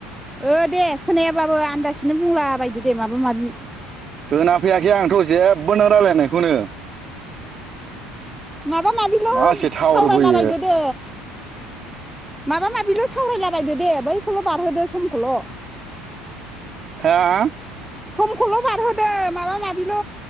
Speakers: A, in the centre; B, on the right.
A: ओ दे खोनायाबाबो आन्दासैनो बुंला बायदो दे माबा माबि
B: होना फैयाखै आंथ जेबोनो राय्लायनायखौनो
A: माबा माबिल
B: मासे टावार
A: सावरायलाबायदो
B: बोयो
A: दे माबा माबिल सावरायलाबायदो दे बैखौल बारहोदो समखौल
B: हा हा
A: समखौल बारहोदो माबा माबिल